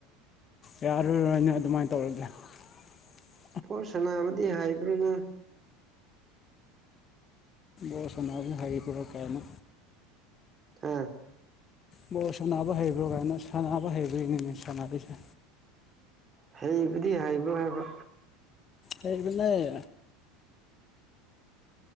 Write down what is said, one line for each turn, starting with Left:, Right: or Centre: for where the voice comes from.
Left: ꯌꯥꯔꯔꯣꯏꯅ ꯑꯗꯨꯃꯥꯏꯅ ꯇꯧꯔꯒꯦ <unintelligible>
Right: ꯄꯣ ꯁꯅꯥꯕꯨꯗꯤ ꯍꯥꯏꯕ꯭ꯔꯥꯅ
Left: ꯣꯔ ꯁꯅꯥꯒꯤ ꯍꯥꯏꯔꯔꯤ ꯄꯔꯛ ꯀꯥꯏꯟꯅ
Right: ꯍꯥ
Left: ꯕ ꯁꯅꯥꯅꯕ ꯍꯩꯕ꯭ꯔꯣ ꯀꯅ ꯁꯥꯟꯅꯕ ꯍꯩꯕ꯭ꯔ ꯏ ꯁꯅꯔꯤꯁꯦ
Right: ꯍꯩꯕꯨꯗꯤ ꯍꯩꯕ꯭ꯔ ꯍꯥꯏꯕ
Left: ꯍꯕ ꯂꯩ